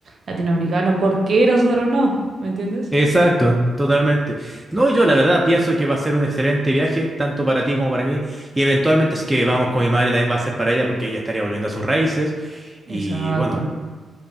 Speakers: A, on the right; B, in the centre.
A: latinoamericanos, ¿por qué nosotros no? ¿Me entiendes?
B: Exacto, totalmente. No, yo la verdad pienso que va a ser un excelente viaje, tanto para ti como para mí, y eventualmente si es que vamos con mi madre también va a ser para ella porque ella estaría volviendo a sus raíces.
A: Exacto.
B: Y bueno,